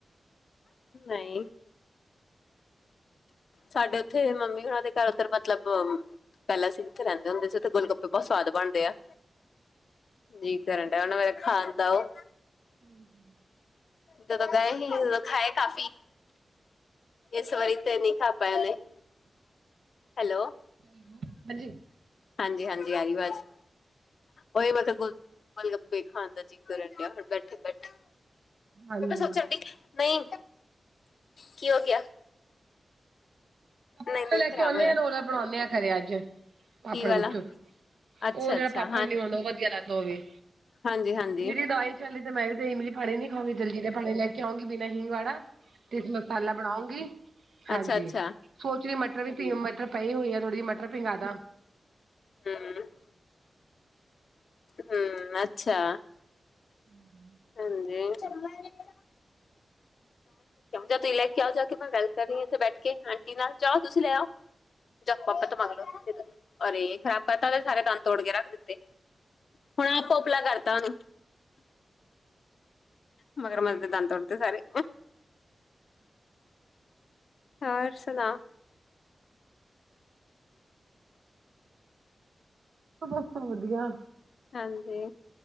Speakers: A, on the left; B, on the right.
A: ਨਹੀਂ ਸਾਡੇ ਉੱਥੇ ਮੰਮੀ ਉਹਨਾਂ ਦੇ ਘਰ ਉਧਰ ਮਤਲਬ ਪਹਿਲਾਂ ਅਸੀਂ ਉਥੇ ਰਹਿੰਦੇ ਹੁੰਦੇ ਸੀ ਉਥੇ ਗਲੱਗਪੇ ਬਹੁਤ ਸਵਾਦ ਬਣਦੇ ਆ। ਜੀ ਕਰਨ ਡ ਉਹ ਖਾਣ ਦਾ ਉਹ
B: <inaudible>
A: ਦ ਤਾਂ ਗਏ ਹੀ, ਖਾਏ ਕਾਫੀ। ਇਸ ਵਾਰੀ ਤੇ ਨਹੀਂ ਖਾ ਪਆ ਨੇ। ਹੈਲੋ,
B: ਹਾਂਜੀ।
A: ਹਾਂਜੀ -ਹਾਂਜੀ ਆਰੀ ਵਾਜ਼। ਉਹੀ ਮਸ ਗ ਗੇਲ -ਗੱਪੇ ਖਾਨ ਦਾ ਜੀਕਰ ਡਿਆਣ ਬੈਠੇ- ਬੈਠੇ।
B: ਹਾਂਜੀ
A: ਸੋਚਣ ਡ ਨਹੀਂ, ਕੀ ਹੋ ਗਿਆ।
B: ਕੱਪੜ
A: ਨਹੀਂ-ਨਹੀਂ
B: ਤੇ ਲੈ ਕੇ
A: ਖ਼ਰਾਬ
B: ਆਉਂਦੇ
A: ਹੋਇਆ
B: ਆ ਰੋਲਾ ਬਣਾਉਂਦੇ ਆ ਘਰੇ ਅੱਜ ਆਪਣੇ
A: ਕੀ ਵਾਲਾ
B: ਗੁਚ -ਗਛੋ।
A: ਅੱਛਾ-ਅੱਛਾ
B: ਉਹ ਜਿਹੜਾ ਪਾਪੜ ਨੀ ਆਉਂਦਾ ਉਹ ਵਧੀਆ ਲੱਦਾ ਉਹਵੇ।
A: ਹਾਂਜੀ -ਹਾਂਜੀ।
B: ਮੇਰੀ ਦਵਾਈ ਚੱਲੀ ਤੇ ਮੈਂ ਵੀ ਤੇ ਮੇਰੀ <unintelligible> ਪਾੜਣੀ ਨੀ ਖਾਾਂਗੀ ਜਲਦੀ ਤੇ ਫ ਪਾੜਣੇ ਲੈ ਕੇ ਆਉਂਗੀ ਬਿਨਾਂ ਹੀਵਾੜਾ ਤੁ ਮਸਾਲਾ ਬਣਾਉਂਗੀ। ਹਾਂਜੀ
A: ਅੱਛਾ- ਅੱਛਾ।
B: ਸੋਚ ਰਹੀ ਮਟਰ ਵੀ ਪੀ ਮਟਰ ਪਈ ਹੋਈ ਥੋੜੀ ਜਿਹੀ ਮਟਰ ਪਿੰਗਾਦਾ।
A: ਹਮ। ਹਮ, ਅੱਛਾ।
B: ਹਮ
A: ਹਾਂਜੀ। ਚਮਚ ਲੈ ਕੇ ਆ ਤੁਸੀਂ ਲੈ ਕੇ ਆਓ ਜਾ ਕੇ ਮੈਂ ਵੈ ਕਰ ਰਹੀ ਇੱਥੇ ਬੈਠ ਕੇ ਆਂਟੀ ਨਾ ਜਾਓ ਤੁਸੀਂ ਲੈ ਆਓ। ਜਾ ਪਾਪਾ ਮੰਗ ਲਓ। ਅਰੇ ਖ਼ਰਾਬ ਪਤਾਦੇ ਸਾਰੇ ਦੰਦ ਤੋੜ ਕੇ ਰੱਖ ਦਿੱਤੇ। ਹੁਣ ਆਪਾਂ ਉਪਲਾ ਕਰਤਾ ਉਹਨੂੰ। ਮਗਰ ਮਜਛ ਤੇ ਦਾਨ ਤੋੜਤੇ ਸਾਰੇ। ਔਰ ਸੁਨਾ।
B: ਬੱਸ ਵਧੀਆ।
A: ਹਾਂਜੀ।